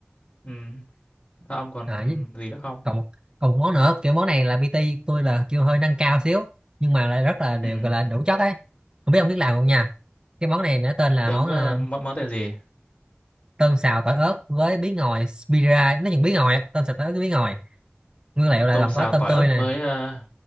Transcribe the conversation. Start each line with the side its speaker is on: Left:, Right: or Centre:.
Left: ừ. sao ông còn
Right: với-
Left: gì nữa không
Right: còn một còn một món nữa kiểu món này là pê tê tôi là kêu hơi nâng cao xíu nhưng mà lại rất là đều
Left: ừ.
Right: gọi là đủ chất ấy không biết ông biết làm không nha cái món này nó tên là
Left: thì
Right: món
Left: ông có
Right: à,
Left: món món tên gì
Right: tôm xào tỏi ớt với bí ngòi spira nó chừng bí ngòi á, tôm xào tỏi ớt với bí ngòi nguyên liệu là
Left: tôm
Right: gồm
Left: xào
Right: có tôm
Left: tỏi
Right: tươi
Left: ớt
Right: nè
Left: với ờ,